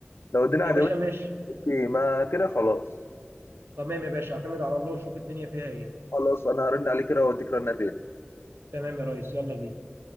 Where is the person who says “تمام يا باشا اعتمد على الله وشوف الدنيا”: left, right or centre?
Right